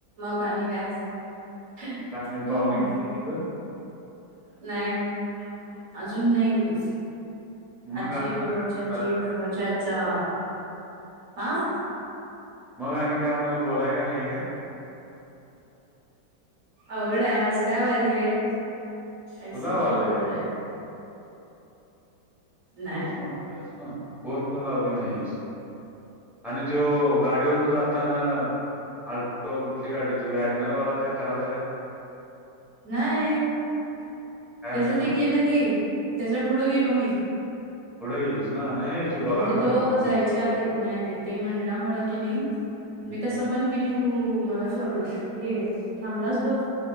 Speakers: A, on the right; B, in the centre.
A: मकनिक है हम्म
B: काय नाही पाहुणे गेले तिथं.
A: नाहीय अजून नाही गेलेस.
B: मग
A: आजी
B: आणि
A: बरोबरची आजी
B: काय
A: बरोबरची आजचाा
B: म्हणता का?
A: हा
B: मग आणि काय म्हणा बोलाय काय नाही काय?
A: अवघडय आज काय वालेय. ऐस
B: तुला
A: क्यू
B: आलंय.
A: बोल रहाय. नाही
B: तूच म्हणालास ना फोन पण लावली नाहीस. आणि तो गाडीवरन जाताना. आल्टो कुठली गाडी ती वॅगनरवाला काय करायल काय?
A: नाही त्याचं
B: काय नाही ना?
A: ते गेलं की त्याच्या पुढं गेलो मी
B: थोडं गेलीस ना नाही.
A: म्हणजे
B: बघालता
A: तो
B: म्हणून म्हटलं.
A: जायच्या आधी नाही नाही ते म्हणलामुळ की नाही
B: हं,
A: मी तस. मण कीने तू मला सोडला हे थांबलास बघ